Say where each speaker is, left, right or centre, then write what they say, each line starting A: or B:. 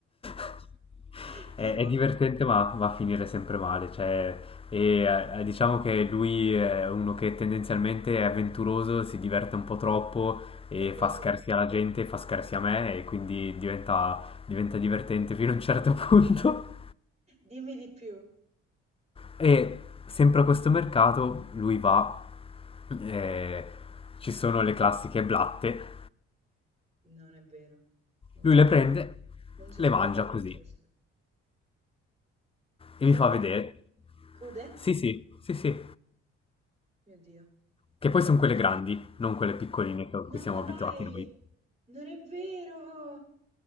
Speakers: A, on the left (about 20°); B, on the right (about 20°).
A: <laughs>
B: <laughs>
A: è,
B: Tipo?
A: è divertente, ma va a finire sempre male. Cioè, e, eh, diciamo che lui è uno che tendenzialmente è avventuroso, si diverte un po' troppo
B: Lo
A: e
B: credo.
A: fa scherzi alla gente, fa scherzi a me, e quindi diventa, diventa divertente fino a un certo <laughs> punto.
B: Dimmi di più.
A: E sempre a questo mercato lui va, eh, ci sono le classiche blatte.
B: Non è vero. Non
A: Lui
B: sono
A: le prende,
B: pronta. Non sono
A: le mangia
B: pronta per
A: così
B: questo.
A: e mi
B: Crude?
A: fa vedere.
B: Crude?
A: Sì, sì, sì, sì.
B: Mio Dio.
A: Che poi
B: <laughs>
A: sono quelle grandi, non quelle piccoline che- a cui
B: No,
A: siamo
B: dai.
A: abituati noi.
B: Non è vero.